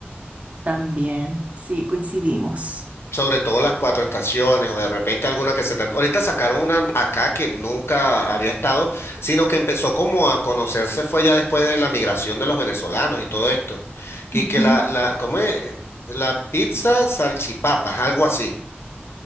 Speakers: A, on the right; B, on the left.
A: También, sí, coincidimos.
B: Sobre todo las cuatro estaciones o de repente alguna que se... tan- Ahorita sacaron una acá que nunca había estado, sino que empezó como a conocerse fue ya después de la migración de los venezolanos y todo esto. Que,
A: Ujú.
B: que la, la, ¿cómo es? La pizza salchipapas, algo así.